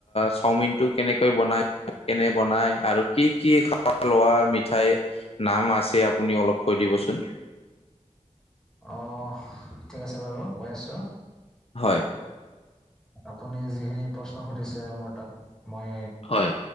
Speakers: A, on the left (about 50°); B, in the centre.
A: চাওমিন টো কেনেকৈ বনাই? কেনে বনাই আৰু কি কি খোৱা লোৱা মিঠাই? নাম আছে আপুনি অলপ কৈ দিবচোন।
B: অঁ ঠিক আছে বাৰু কৈ আছোঁ।
A: হয়
B: আপুনি যিখিনি প্ৰশ্ন সুধিছে মোৰ তাত মই
A: হয়।